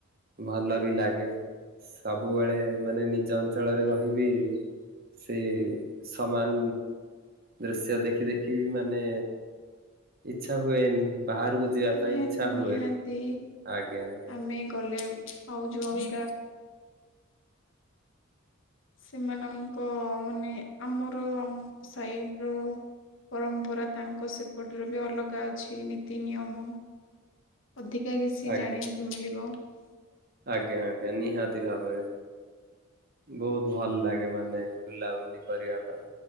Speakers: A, on the right; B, on the left.
A: ଭଲ ବି ଲାଗେ ସବୁବେଳେ ମାନେ ନିଜ ଅଞ୍ଚଳରେ ରହି ବି ସେ ସମାନ ଦୃଶ୍ୟ ଦେଖି ଦେଖି ମାନେ ଇଛା ହୁଏନି। ବାହାରକୁ ଯିବା
B: ନିହାତି
A: ପାଇଁ ଇଚ୍ଛା
B: ନିହାତି
A: ହୁଏ ଆଜ୍ଞା ଆଜ୍ଞା
B: ଆମେ ଗଲେ ଆଉ ଯୋଉ ଅଲଗା ସେମାନଙ୍କ ମାନେ ଆମର ଆମ ସାଇଟ୍ ର ପରମ୍ପରା ତାଙ୍କ ସେପଟରେ ବି ଅଲଗା ଅଛି ନୀତି ନିୟମ। ଅଧିକା କିଛି
A: ଆଜ୍ଞା।
B: ଜାଣିବାକୁ <inaudible> ମିଳିବ।
A: ଆଜ୍ଞା ଆଜ୍ଞା ନିହାତି ଭାବରେ। ବୋହୁତ ଭଲ ଲାଗେ ମାନେ ବୁଲାବୁଲି କରିବା ପାଇଁ।